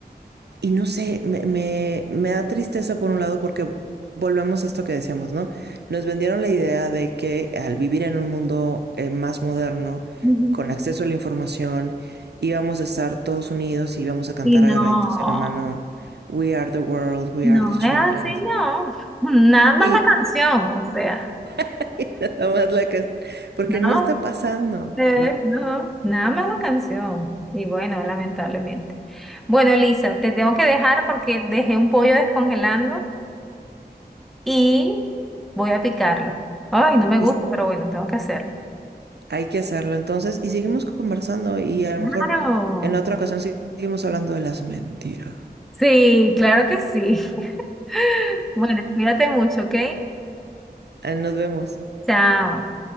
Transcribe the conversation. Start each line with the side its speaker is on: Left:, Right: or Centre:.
Right: y no sé, me, me, me da tristeza por un lado porque volvemos a esto que decíamos, ¿no? Nos vendieron la idea de que al vivir en un mundo eh, más moderno,
Centre: Ujú.
Right: con acceso a la información, íbamos a estar todos unidos y íbamos a cantar
Centre: Y no,
Right: agarraditos de la mano, We are the world, we
Centre: no
Right: are the children.
Centre: es así, No, nada más
Right: Y,
Centre: la canción, o sea,
Right: <laughs> y nada más la que... Porque
Centre: no. No.
Right: no está pasando,
Centre: eh,
Right: ¿no?
Centre: no, nada más la canción. Y bueno, lamentablemente. Bueno, Elisa, te tengo que dejar porque dejé un pollo descongelando y voy a picarlo. Ay, no me
Right: Y,
Centre: gusta, pero bueno, tengo que hacerlo.
Right: Hay que hacerlo entonces y seguimos conversando y a lo
Centre: Claro.
Right: mejor en otra ocasión seguimos hablando de las mentiras.
Centre: Sí, claro que sí. <laughs> Bueno, cuídate mucho, ¿ok?
Right: Ah, Nos vemos.
Centre: Chao.